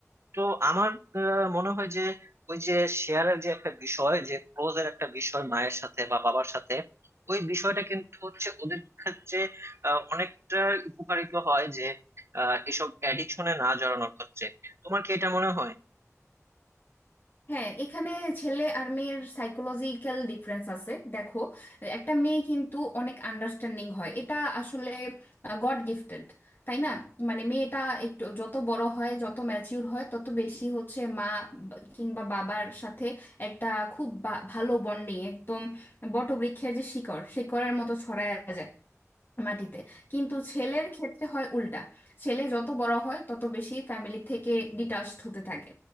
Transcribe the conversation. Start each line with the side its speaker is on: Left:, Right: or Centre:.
Right: তো আমার আহ, মনে হয় যে ওই যে শেয়ারের যে একটা বিষয় যে ক্লোজ এর একটা বিষয় মায়ের সাথে বা বাবার সাথে ওই বিষয়টা কিন্তু হচ্ছে ওদের ক্ষেত্রে আহ, অনেকটা উপকারিত হয় যে আহ, এসব অ্যাডিকশনে না জড়ানোর ক্ষেত্রে তোমার কি এটা মনে হয়
Left: হ্যাঁ এখানে ছেলে আর মেয়ের সাইকোলজিক্যাল ডিফারেন্স আছে দেখো একটা মেয়ে কিন্তু অনেক আন্ডারস্ট্যান্ডিং হয় এটা আসলে গড গিফটেড তাই না মানে মেয়েটা একটু যত বড় হয় যত ম্যাচিউর হয় তত বেশি হচ্ছে মা বা- কিংবা বাবার সাথে একটা খুব বা- ভালো বন্ডিং একদম বটবৃক্ষের যে শিকড় শিকড়ের মতো ছড়ায় যায় মাটিতে কিন্তু ছেলের ক্ষেত্রে হয় উল্টা ছেলে যত বড় হয় তত বেশি ফ্যামিলি থেকে ডিটাচড হতে থাকে